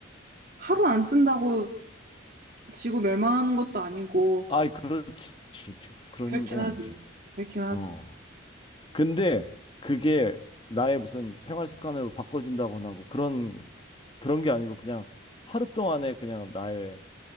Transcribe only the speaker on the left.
아이, 그렇지. 그런
건
아니지.
어. 근데 그게 나의 무슨 생활 습관을 바꿔준다거나 뭐 그런, 그런 게 아니고 그냥 하루 동안에 그냥 나의